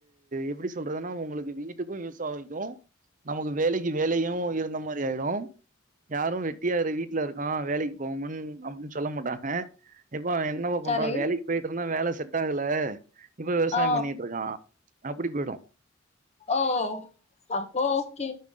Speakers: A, on the right (about 40°); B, on the left (about 35°).
A: எப்டி சொல்றதுன்னா உங்களுக்கு வீட்டுக்கு யூஸா வைக்கு நமக்கு வேலைக்கு வேலையு இருந்த மாரி ஆயிடு யாரு வெட்டி இரு வீட்ல இருக்கா வேலைக்கு போகாமன் அப்டின்னு சொல்ல மாட்டாங்க இப்போ என் னப்பா பண்றா
B: சரி.
A: வேலைக்கு போயிட்டு இருந்தா வேல செட் ஆகல இப்ப விவசாய
B: ஆ.
A: பண்ணிட்டு இருக்கா அப்டி போயிடு
B: ஓ அப்ப ஓகே